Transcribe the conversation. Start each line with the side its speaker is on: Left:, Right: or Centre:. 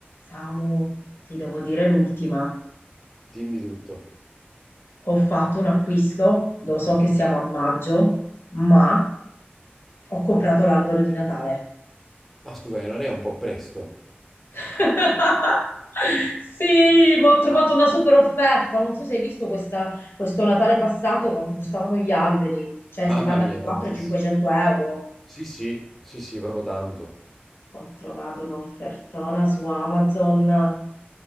Left: Samu, ti devo dire l'ultima.
Centre: Dimmi tutto.
Left: Ho fatto un acquisto, lo so che siamo a maggio, ma ho comprato l'albero di Natale.
Centre: Ma scusami, non è un po' presto?
Left: <laughs> Sì, ma ho trovato una super offerta. Non so se hai visto questa- questo Natale passato quanto costavano gli alberi. Cioè,
Centre: Mamma
Left: si parla
Centre: mia,
Left: di 400-500
Centre: tantissimo.
Left: euro.
Centre: Sì, sì, sì, sì, proprio tanto.
Left: Ho trovato un'offertona su Amazon